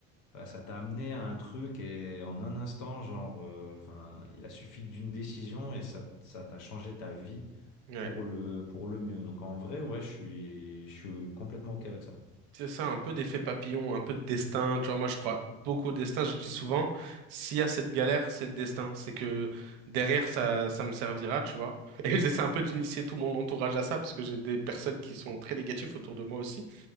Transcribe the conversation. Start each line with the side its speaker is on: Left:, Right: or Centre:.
Left: voilà, Ça t'a amené à un truc et en un instant, genre, euh, enfin, il a suffi d'une décision et ça, ça t'a changé ta vie
Right: Ouais.
Left: pour le, pour le mieux. Donc en vrai, ouais, je suis, je suis complètement OK avec ça.
Right: C'est ça, un peu d'effet papillon, un peu de destin. Tu vois, moi, je crois beaucoup au destin. Je dis souvent, s'il y a cette galère, c'est le destin. C'est que derrière, ça, ça me servira, tu vois. Et <laughs> j'essaie un peu d'initier tout mon entourage à ça, parce que j'ai des personnes qui sont très négatives autour de moi aussi.